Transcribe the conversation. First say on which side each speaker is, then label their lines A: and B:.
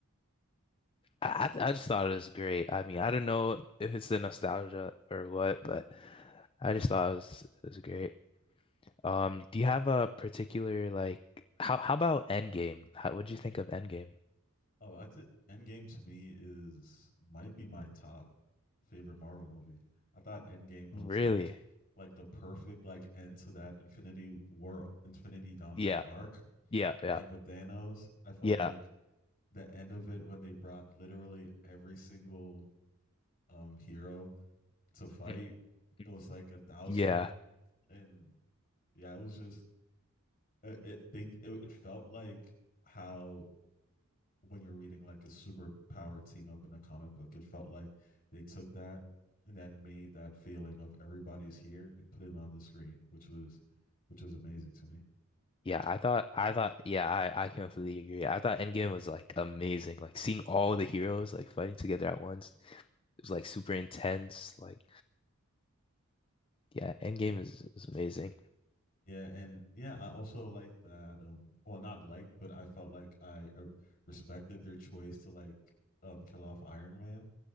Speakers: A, on the left; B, on the left.
A: I I I just thought it was great. I mean, I don't know if it's the nostalgia or what, but I just thought it was it was great. Um, do you have a particular like how how about Endgame? How what'd you think of Endgame?
B: Oh, that's it. Endgame to me is might be my top favorite Marvel movie. I thought Endgame
A: Really?
B: was like like the perfect like end to that Infinity War, Infinity Gauntlet
A: Yeah.
B: arc.
A: Yeah. Yeah.
B: Like with Thanos, I felt
A: Yeah.
B: like the end of it when they brought literally every single um hero to fight.
A: Mhm. mhm.
B: It was like a thousand
A: Yeah.
B: of them, and yeah, it was just it, it they it, it felt like how when you're reading like a superpower team up in a comic book. It felt like they took that and then made that feeling of everybody's here and put it on the screen, which was which was amazing to me.
A: Yeah, I thought I thought yeah, I I completely agree. I thought Endgame was like amazing. Like seeing all the heroes like fighting together at once. It was like super intense. Like, yeah, Endgame
B: Yeah,
A: is, is amazing.
B: yeah and yeah, I also liked that. Um, well, not liked, but I felt like I uh, respected their choice to like um kill off Iron Man